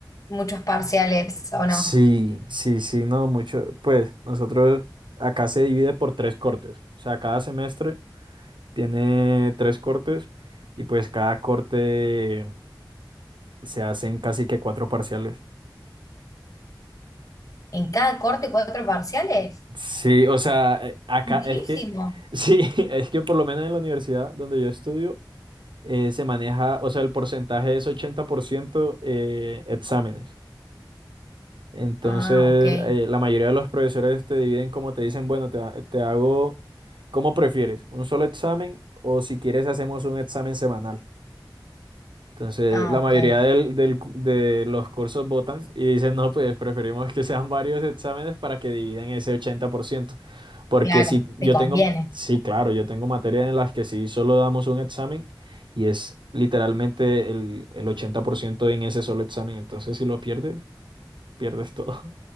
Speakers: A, on the left (about 45°); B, on the right (about 80°).
A: muchos parciales o
B: Sí,
A: no.
B: sí, sí, no, mucho. Pues nosotros acá se divide por tres cortes, o sea, cada semestre. Tiene tres cortes y pues cada corte se hacen casi que cuatro parciales.
A: ¿En cada corte cuatro parciales?
B: Sí, o sea, eh, acá
A: Muchísimo.
B: es que, sí, <laughs> es que por lo menos en la universidad donde yo estudio eh, se maneja, o sea, el porcentaje es 80% eh, exámenes. Entonces,
A: Ah, ok,
B: eh, la mayoría de los profesores te dividen como te dicen, bueno, te, ha- te hago como prefieres, un solo examen o si quieres hacemos un examen semanal. Entonces,
A: ah,
B: la
A: ok,
B: mayoría del- del cu- de los cursos votan y dicen, no, pues preferimos que sean varios exámenes para que dividan ese ochenta por ciento Porque
A: claro,
B: si yo
A: te conviene.
B: tengo, sí, claro, yo tengo materias en las que sí solo damos un examen y es literalmente el, el 80% en ese solo examen. Entonces, si lo pierdes, pierdes todo.